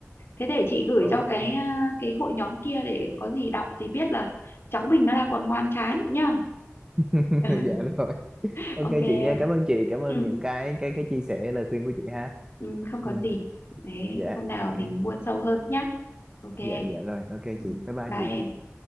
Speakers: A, on the left (about 55°); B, on the right (about 15°).
A: thế để chị gửi
B: ok
A: cho cái à, cái hội nhóm kia để có gì đọc thì biết là cháu mình nó đang còn ngoan chán nhá
B: <laughs>
A: <laughs>
B: dạ rồi ok
A: ok em
B: chị nha cảm ơn chị cảm ơn
A: ừ,
B: những cái cái cái chia sẻ lời khuyên của chị ha
A: ừ, không có
B: ừ
A: gì thế
B: dạ
A: hôm nào
B: ok
A: mình buôn sâu hơn nhá ok em.
B: dạ dạ rồi ok
A: ừ,
B: chị bye bye
A: bye
B: chị
A: em